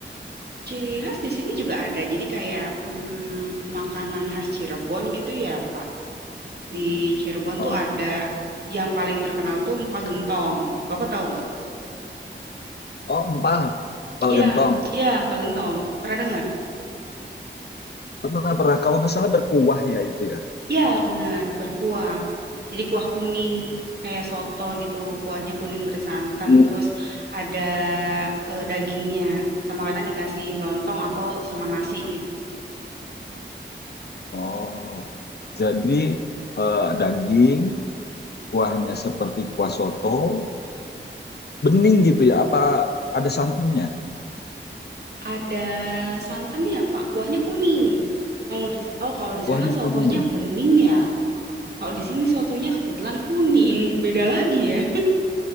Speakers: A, on the right; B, on the left.
A: Ciri khas di sini juga ada, jadi kayak mm, makanan khas Cirebon gitu ya Pak. Di Cirebon
B: Oh,
A: tuh ada yang paling terkenal tuh empal gentong. Bapak tahu nggak?
B: oh, empal, empal
A: Iya,
B: gentong.
A: iya empal gentong. Pernah dengar?
B: Pernah pernah kalau nggak salah berkuah ya itu ya.
A: Iya, benar, berkuah. Jadi kuah kuning kayak soto gitu. Kuahnya kuning bersantan
B: Hmm.
A: terus ada eh, dagingnya. Sama kadang dikasih lontong atau sama nasi gitu sih.
B: Oh, jadi eh, daging, kuahnya seperti kuah soto, bening gitu ya? Apa ada santannya?
A: Ada santannya, Pak. Kuahnya kuning. Kalau di oh kalau di
B: Kuahnya
A: sana sotonya
B: kuning ya,
A: bening ya. Kalau di sini sotonya kebetulan kuning. Beda lagi ya.